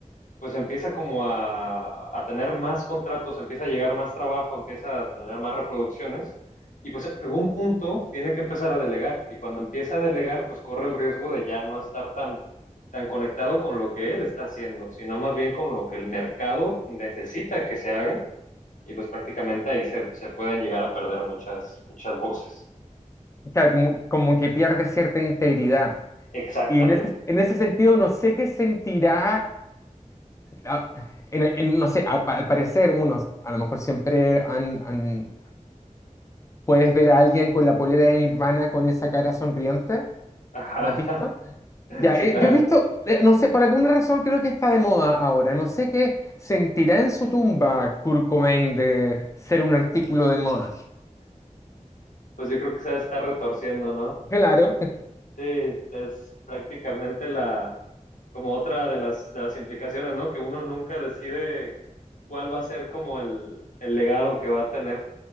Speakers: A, on the left; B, on the left.
A: pues empieza como a, a tener más contratos, empieza a llegar más trabajo, empieza a tener más reproducciones y pues en algún punto tiene que empezar a delegar y cuando empieza a delegar pues corre el riesgo de ya no estar tan, tan conectado con lo que él está haciendo, sino más bien con lo que el mercado necesita que se haga y pues prácticamente ahí se, se pueden llegar a perder muchas, muchas voces.
B: Claro, como, como que pierde cierta integridad.
A: Exactamente.
B: Y en ese, en ese sentido, no sé qué sentirá, ah, en- en- no sé, al, pa- al parecer, unos, a lo mejor siempre han, han- puedes ver a alguien con la polera de Nirvana con esa cara sonriente,
A: Ajá,
B: ¿la has visto?
A: <laughs>
B: Ya,
A: sí,
B: eh,
A: claro.
B: yo he visto, eh, no sé, por alguna razón creo que está de moda ahora. No sé qué sentirá en su tumba Kurt Cobain de ser un artículo de moda.
A: Pues yo creo que se va a estar retorciendo, ¿no?
B: Claro,
A: Sí, es prácticamente la, como otra de las, de las implicaciones, ¿no? Que uno nunca decide cuál va a ser como el, el legado que va a tener